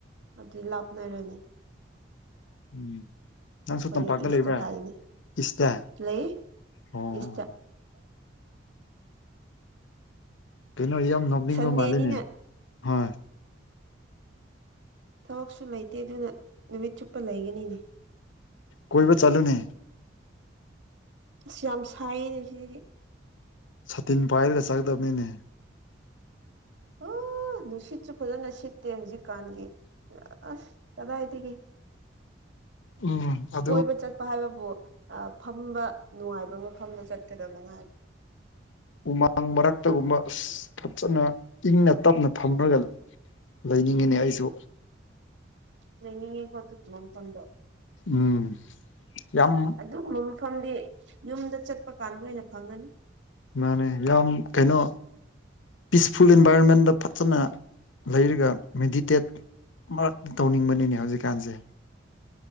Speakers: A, on the right; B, on the left.
A: ꯑꯗꯨ ꯂꯥꯞꯅꯔꯅꯤ
B: ꯎꯝ ꯅꯪꯁꯨ
A: ꯑꯩꯈꯣꯏꯅ
B: ꯇꯝꯄꯥꯛꯇ
A: ꯏꯁꯇ
B: ꯂꯩꯕ꯭ꯔꯥ
A: ꯇꯥꯏꯅꯦ
B: ꯏꯁꯇ
A: ꯂꯩ
B: ꯑꯣ
A: ꯏꯁ ꯇ
B: ꯀꯩꯅꯣ ꯏ ꯌꯥꯝ ꯅꯣꯛꯅꯤꯡꯕ
A: ꯁꯟꯗꯦꯅꯤꯅ
B: ꯃꯥꯜꯂꯤꯅꯦ ꯍꯣꯏ
A: ꯊꯕꯛꯁꯨ ꯂꯩꯇꯦ ꯑꯗꯨꯅ ꯅꯨꯃꯤꯠ ꯆꯨꯞꯄ ꯂꯩꯒꯅꯤꯅꯦ
B: ꯀꯣꯏꯕ ꯆꯠꯂꯨꯅꯦ
A: ꯑꯁ ꯌꯥꯝ ꯁꯥꯏꯅꯦ ꯁꯤꯗꯤ
B: ꯁꯇꯤꯟ ꯄꯥꯏꯔꯒ ꯆꯠꯀꯗꯕꯅꯤꯅꯦ
A: ꯑꯣ ꯅꯨꯡꯁꯤꯠꯁꯨ ꯐꯖꯅ ꯁꯤꯠꯇꯦ ꯍꯧꯖꯤꯛꯀꯥꯟꯒꯤ ꯑꯁ ꯀꯗꯥꯏꯗꯒꯤ
B: ꯎꯝ ꯑꯗꯨ
A: ꯀꯣꯏꯕ ꯆꯠꯄ ꯍꯥꯏꯕꯕꯨ ꯑ ꯐꯝꯕ ꯅꯨꯡꯉꯥꯏꯕ ꯃꯐꯝꯗ ꯆꯠꯀꯗꯕ ꯉꯥꯏ
B: ꯎꯃꯥꯡ ꯃꯔꯛꯇꯒꯨꯝꯕ ꯑꯁ ꯐꯖꯅ ꯏꯪꯅ ꯇꯞꯅ ꯐꯝꯔꯒ ꯂꯩꯅꯤꯡꯉꯦꯅꯦ ꯑꯩꯁꯨ
A: ꯂꯩꯅꯤꯡꯉꯦꯀꯣ ꯑꯗꯨꯒꯤ ꯂꯦꯟꯇ꯭ꯔꯟꯗꯣ
B: ꯎꯝ ꯌꯥꯝ
A: ꯑꯗꯨꯒꯨꯝꯕ ꯃꯐꯝꯗꯤ ꯌꯨꯝꯗ ꯆꯠꯄ ꯀꯥꯟꯗ ꯑꯣꯏꯅ ꯐꯪꯉꯅꯤ
B: ꯃꯥꯅꯦ ꯌꯥꯝ ꯀꯩꯅꯣ ꯄꯤꯁꯐꯨꯜ ꯏꯟꯚꯥꯏꯔꯣꯟꯃꯦꯟꯗ ꯐꯖꯅ ꯂꯩꯔꯒ ꯃꯦꯗꯤꯇꯦꯠ ꯃꯔꯛꯇ ꯇꯧꯅꯤꯡꯕꯅꯦꯅꯦ ꯍꯧꯖꯤꯛꯀꯥꯟꯁꯦ